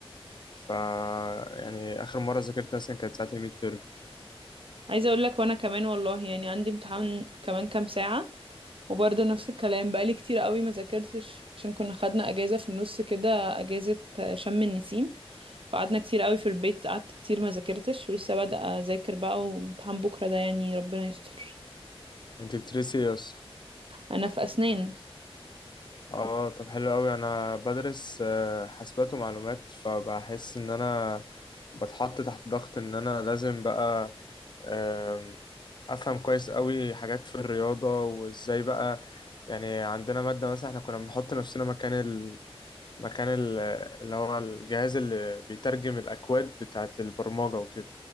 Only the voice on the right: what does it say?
عايزه اقول لك وانا كمان والله يعني عندي امتحان كمان كام ساعه وبرضه نفس الكلام بقالي كتير قوي ما ذاكرتش عشان كنا خدنا اجازه في النص كده اجازه شم النسيم فقعدنا كتير قوي في البيت قعدت كتير ما ذاكرتش ولسه بادئه اذاكر بقى وامتحان بكره ده يعني ربنا يستر
انا في اسنان
ف-